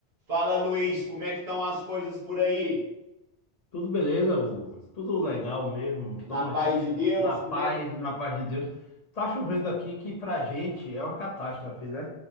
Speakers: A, on the right (about 35°); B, on the left (about 40°).
A: Fala, Luiz, como é que estão as coisas por aí?
B: Tudo beleza, Hugo? Tudo
A: Tu-
B: legal mesmo. Estamos
A: na paz
B: aqui
A: de Deus,
B: na paz,
A: como é que...
B: na paz de Deus. Tá chovendo aqui que pra gente é uma catástrofe, né?